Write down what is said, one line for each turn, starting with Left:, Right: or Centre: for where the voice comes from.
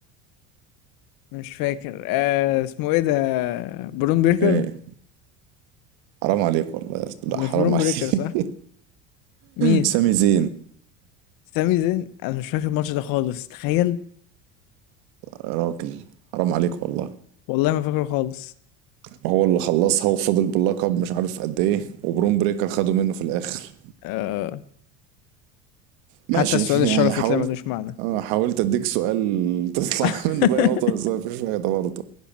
Left: مش فاكر آه اسمه ايه ده برون بيركر
Right: ايه حرام عليك والله يا أسطى.
Left: مش
Right: لا حرام
Left: برون
Right: عليك
Left: بريكر صح مين
Right: <laughs> سامي زين
Left: سامي زين انا مش فاكر الماتش ده خالص تخيل
Right: يا راجل حرام عليك والله
Left: والله ما فاكره خالص
Right: ما هو اللي خلصها وفضل باللقب مش عارف قد ايه وبرون بريكر خده منه في الاخر
Left: آه حتى
Right: ماشي
Left: السؤال
Right: <laughs>
Left: الشرفي
Right: يعني حاولت
Left: طلع ملوش معنى
Right: اه حاولت اديك سؤال تطلع
Left: <laughs>
Right: <laughs> منه باي نقطة بس مفيش فايدة برضه